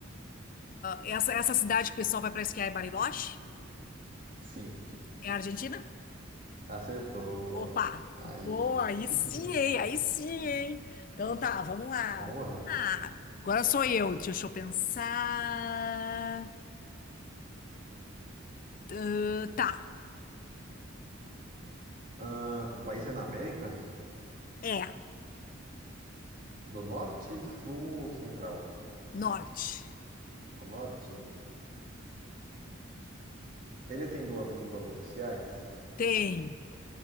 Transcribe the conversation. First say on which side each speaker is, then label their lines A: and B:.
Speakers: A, on the left (about 40°); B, on the right (about 40°).
A: essa, essa cidade que o pessoal vai para esquiar é Bariloche?
B: Sim.
A: É a Argentina?
B: Acertou.
A: Opa,
B: Aí.
A: boa, aí
B: <laughs>
A: sim, hein? Aí sim, hein? Então tá, vamos lá.
B: Vamos lá.
A: Ah, agora sou eu, deixa eu pensar. Ah, tá,
B: Ahn, o país é na América?
A: é,
B: Do Norte, Sul ou Central?
A: norte.
B: Do Norte. ele tem duas línguas oficiais?
A: Tem.